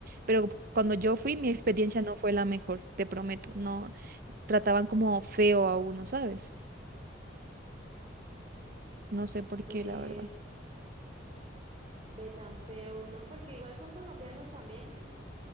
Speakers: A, on the right (about 55°); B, on the right (about 35°).
A: pero cuando yo
B: Porque
A: fui, mi experiencia no fue la mejor, te prometo, no trataban como feo a uno, ¿sabes? No sé por
B: ve,
A: qué, la verdad.
B: ve tan feo, ¿no? Porque igual son colombianos también,